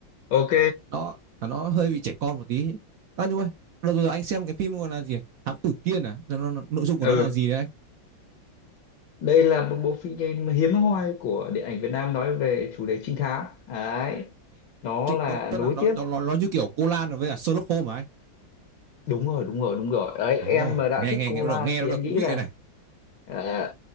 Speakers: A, on the left; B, on the right.
A: ok
B: nó à, nó hơi bị trẻ con một tí à, nhưng mà đợt rồi anh xem cái phim gọi là gì ạ? Thám Tử Kiên à nó, nó, nó- nội dung của
A: ừ
B: nó là gì đấy anh
A: đây là một bộ phim game hiếm hoi của điện ảnh Việt Nam nói về chủ đề trinh thám đấy nó
B: Chị,
A: là
B: ờ, tức
A: nối
B: là nó,
A: tiếp
B: nó nó nó như kiểu Cô Lan với cả Sherlock Holmes mà anh
A: đúng rồi đúng rồi đúng rồi đấy
B: ồ
A: em mà đã
B: nghe
A: thích
B: nghe
A: cô
B: nghe bắt
A: Lan
B: đầu nghe nó
A: thì
B: được
A: anh nghĩ
B: thú vị
A: là
B: rồi này
A: ờ,